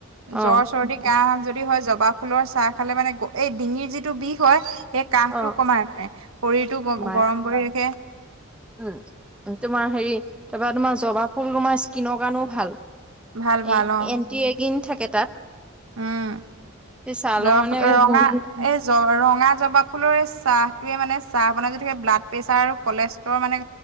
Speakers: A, in the centre; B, on the right.
A: অ'
B: জ্বৰ-চৰ্দি কাহ যদি হয়, জবা ফুলৰ চাহ খালে মানে এই ডিঙিৰ যিটো বিষ হয়, সেই কাহটো
A: অ'
B: কমাই মানে, শৰীৰটো
A: তোমাৰ
B: গৰম কৰি ৰাখে।
A: উম, তোমাৰ হেৰি তাৰপৰা তোমাৰ জবা ফুল তোমাৰ স্কিনৰ কাৰণেও ভাল।
B: ভাল ভাল
A: এ-এণ্টিৰেগিং
B: অ
A: থাকে তাত।
B: উম,
A: এই ছালৰ
B: <unintelligible>
A: মানে
B: ফুলৰ
A: বলি
B: এই চাহটোৱে মানে চাহ বনাই যদি ব্লাড প্ৰেছাৰ আৰু কলেষ্ট্ৰৰ মানে